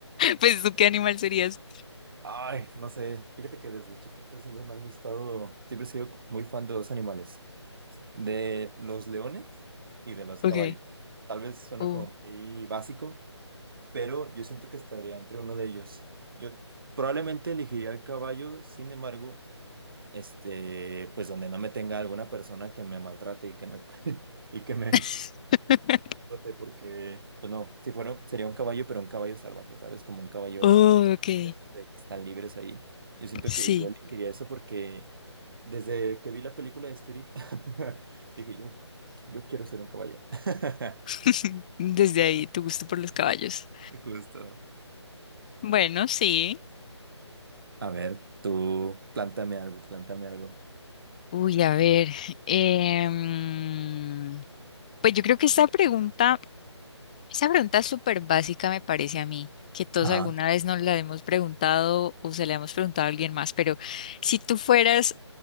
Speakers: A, on the left; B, on the right.
A: Pues tú, ¿qué animal serías?
B: Ay, no sé, fíjate que desde chiquito siempre me han gustado, siempre he sido muy fan de dos animales. de los leones y de los caballos.
A: okay
B: Tal vez suena
A: Oh.
B: como muy básico, pero yo siento que estaría entre uno de ellos. Yo probablemente elegiría el caballo, sin embargo, este, pues donde no me tenga alguna persona que me maltrate y que me cu- <laughs> y que me
A: <laughs>
B: explote, porque pues no, si fuera sería un caballo, pero un caballo salvaje, ¿sabes? Como un caballo
A: Oh, ok.
B: de que están libres ahí. Yo siento
A: Sí.
B: que yo elegiría eso porque desde que vi la película de Spirit, <laughs> dije yo, yo quiero ser un caballo. <laughs>
A: <laughs> Desde ahí, tu gusto por los caballos.
B: Y Justo.
A: Bueno, sí.
B: A ver, tú, plántame algo, plántame algo.
A: Uy, a ver. em, pues yo creo que esta pregunta, esa pregunta es súper básica me parece a mí, que todos
B: Ajá,
A: alguna vez nos la hemos preguntado o se la hemos preguntado a alguien más, pero si tú fueras,